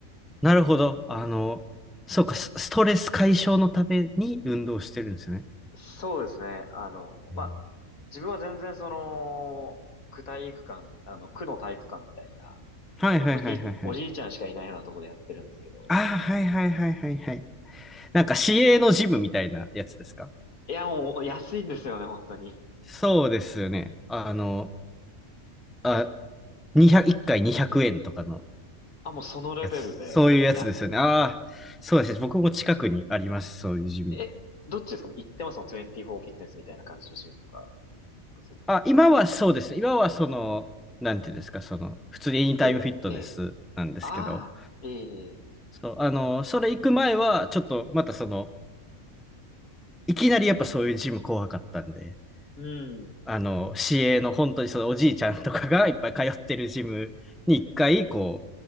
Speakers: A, in the centre; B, on the left (about 85°).
A: なるほど。あの、そうか、スストレス解消のために運動してるんですね。
B: そうですね。あの、
A: うん
B: まあ、自分は全然その、区体育館、あの、区の体育館みたいな、
A: はいはいはいはいはいはい。
B: お、おじい、おじいちゃんしかいないようなところでやってるんですけど、
A: ああ、はいはいはいはいはい。なんか市営のジムみたいなやつですか
B: いや、もう安いんですよね、本当に。
A: そうですよね。あの、
B: ええ、
A: あ、200、1回200円とかの
B: あ、もうそのレベルで、
A: やつ。そういうやつですよね。
B: 安、
A: ああ、そうですね。僕も近くにあります。そういうジム。
B: え、どっちですかもう行ってますもん、24フィットネスみたいな感じのジムとか、そういうとこ。
A: あ、今はそうです。今はその、なんていうんですか、その、普通にエニタイムフィットネスなんですけど、
B: いえいええああ、ええ、
A: そう、あの、それ行く前は、ちょっとまたその、いきなりやっぱそういうジム怖かったんで、
B: うん。
A: あの、市営の本当にそのおじいちゃんとかがいっぱい通ってるジムに一回、こ